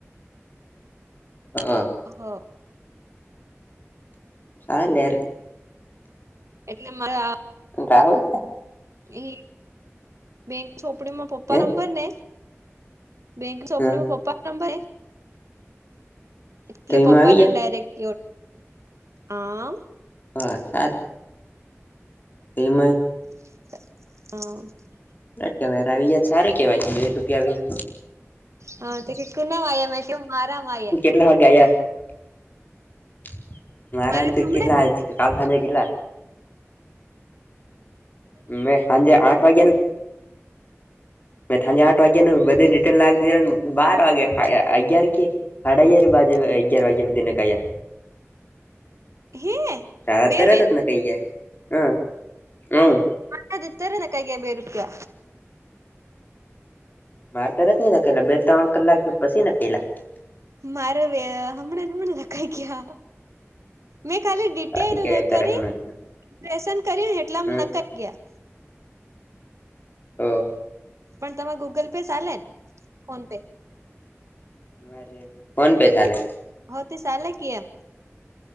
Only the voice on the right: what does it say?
હા.
એટલે મારા
એ બેંક છોપડીમાં પપ્પા
નંબર ને બેંક ચોંપડીમાં
પપ્પા નંબર એટલે
પપ્પાને
ડાયરેક્ટ આ
હ.
હા તો કે કુનામાં આયા મેં કીધું મારામાં આયા.
મારે તો હમણાં
હે?
રૂપિયા
મ દ <unintelligible> તારેના કઈ ગ બેરક <inaudible>
મારે વ હમણાં હમણા રખાઈ ગયા. મેં ખાલી ડિટેલ
કરીેશન
કર્યું જેટલા
નક ગયા.
પણ તમાં ગૂગલ પે ચાલે ને ફોન પે?
હ તે ચાલે કે એમ